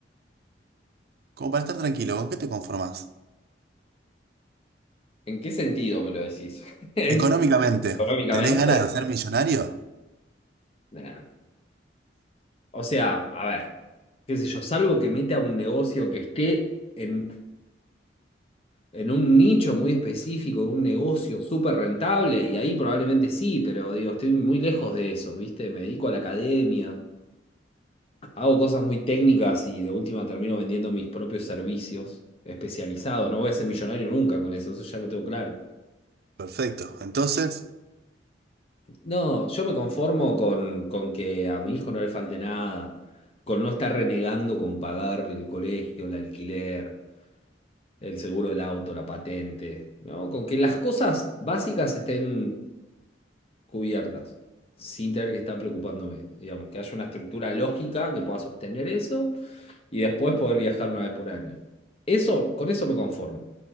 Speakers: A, on the right; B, on the left.
A: como para estar tranquilo, ¿con qué te conformás?
B: ¿En qué sentido me lo decís? <laughs>
A: Económicamente,
B: ¿Económicamente?
A: ¿tenés ganas de ser millonario?
B: Nah. O sea, a ver, qué sé yo, salvo que meta un negocio que esté en, en un nicho muy específico, un negocio súper rentable, y ahí probablemente sí, pero digo, estoy muy lejos de eso, ¿viste? Me dedico a la academia, hago cosas muy técnicas y de última termino vendiendo mis propios servicios especializados. No voy a ser millonario nunca con eso, eso ya lo tengo claro.
A: Perfecto. Entonces,
B: No, yo me conformo con, con que a mi hijo no le falte nada, con no estar renegando con pagar el colegio, el alquiler, el seguro del auto, la patente, ¿no? Con que las cosas básicas estén cubiertas, sin tener que estar preocupándome, digamos, que haya una estructura lógica que pueda sostener eso y después poder viajar una vez por año. Eso, con eso me conformo.